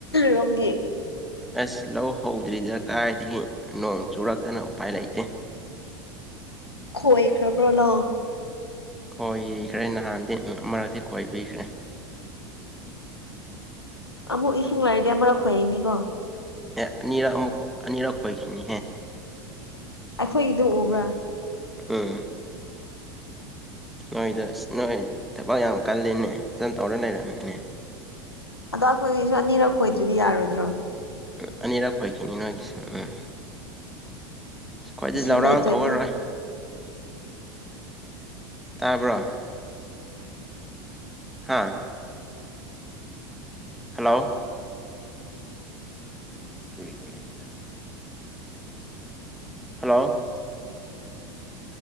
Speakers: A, on the left; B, in the centre.
A: ꯔꯣꯝꯒꯤ
B: ꯑꯁ ꯂꯧ ꯍꯧꯗ꯭ꯔꯤꯗ ꯀꯥꯏꯗꯒꯤ ꯅꯣꯡ ꯆꯨꯔꯛꯇꯅ ꯎꯄꯥꯏ ꯂꯩꯇꯦ
A: ꯈꯣꯏꯈ꯭ꯔꯕ꯭ꯔꯣ ꯂꯧ
B: ꯀꯣꯏꯈ꯭ꯔꯦ ꯅꯍꯥꯟꯗꯤ ꯑꯃꯔꯗꯤ ꯀꯣꯏꯕꯤꯈ꯭ꯔꯦ
A: ꯑꯃꯨꯛ ꯏꯁꯤꯡ ꯂꯩꯥꯏꯔꯗꯤ ꯑꯃꯔꯛ ꯈꯣꯏꯒꯅꯤꯀꯣ
B: ꯑꯦ ꯑꯅꯤꯔꯛ ꯑꯃꯨꯛ ꯑꯅꯤꯔꯛ ꯈꯣꯏꯈꯤꯅꯤꯍꯦ
A: ꯑꯩꯈꯣꯏꯒꯤꯗꯨ ꯎꯕ꯭ꯔꯥ
B: ꯎꯝ ꯅꯣꯏꯗ ꯅꯣꯏ ꯊꯕꯛ ꯌꯥꯝ ꯀꯜꯂꯤꯅꯦ ꯐꯖꯟ ꯇꯧꯔ ꯂꯩꯔꯝꯃꯤꯅꯦ
A: ꯑꯗꯣ ꯑꯩꯈꯣꯏꯒꯤꯁꯨ ꯑꯅꯤꯔꯛ ꯈꯣꯏꯗ꯭ꯔꯗꯤ ꯌꯥꯔꯣꯏꯗ꯭ꯔꯣ
B: ꯎꯝ ꯑꯅꯤꯔꯛ ꯈꯣꯏꯈꯤꯅꯤ ꯅꯣꯏꯒꯤꯁꯨ ꯎꯝ ꯑꯩꯈꯣꯏꯗꯤ
A: ꯏꯁꯤꯡ
B: ꯂꯧꯔꯥꯡ
A: ꯂꯩꯇ꯭ꯔꯗꯤ
B: ꯇꯧꯔꯔꯣꯏ ꯇꯥꯕ꯭ꯔꯣ ꯍꯥꯥ ꯍꯜꯂꯣ ꯄꯨꯔꯤ ꯊꯨꯡꯅꯅꯤꯗ ꯍꯜꯂꯣ